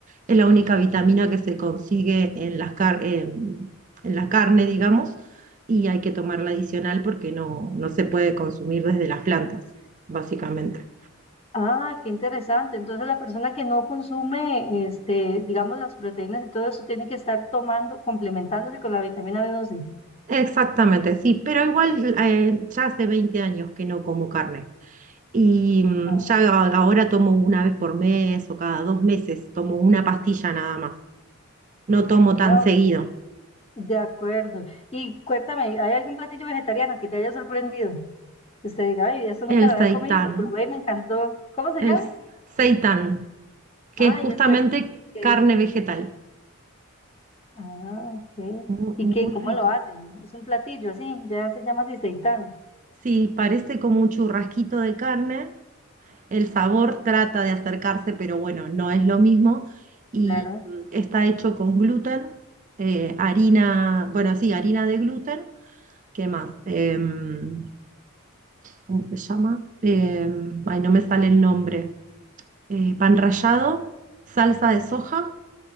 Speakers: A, on the right; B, on the left.
A: es la única vitamina que se consigue en las car- en, en la carne, digamos, y hay que tomarla adicional porque no, no se puede consumir desde las plantas, básicamente.
B: Ah, qué interesante. Entonces la persona que no consume, este, digamos, las proteínas y todo eso tiene que estar tomando, complementándose con la vitamina b doce.
A: Exactamente, sí, pero igual eh, ya hace 20 años que no como carne y mm,
B: Ah,
A: ya a- ahora tomo una vez por mes o cada dos meses, tomo una pastilla nada más, no tomo tan
B: ah,
A: seguido.
B: ok. De acuerdo. Y cuéntame, ¿hay algún platillo vegetariano que te haya sorprendido? Que usted diga, ay, eso nunca
A: El
B: lo había
A: seitán,
B: comido y lo probé y me encantó. ¿Cómo se
A: el
B: llama?
A: seitán, que
B: Ah,
A: es justamente
B: y eso de que, que
A: carne
B: es.
A: vegetal,
B: Ah, ok.
A: mu-
B: ¿Y qué?
A: muy,
B: ¿Cómo
A: rico.
B: lo hacen? Es un platillo así, ya se llama así, seitán.
A: Sí, parece como un churrasquito de carne, El sabor trata de acercarse, pero bueno, no es lo mismo. Y
B: Claro.
A: mm, está hecho con gluten, eh, harina, bueno, sí, harina de gluten. ¿Qué más? Em, ¿cómo se llama? Em, ay, no me sale el nombre. Eh, pan rallado, salsa de soja